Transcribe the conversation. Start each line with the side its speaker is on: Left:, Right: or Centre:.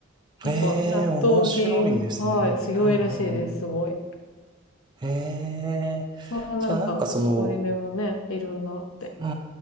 Left: なんか、
Right: ええ、
Left: 納豆菌、
Right: 面白いですね。
Left: はい、強いらしいです、
Right: うんうん。
Left: すごい。
Right: ええ、
Left: そんななんか、
Right: じゃあなんかその、
Left: どこにでもね、いるんだって。
Right: う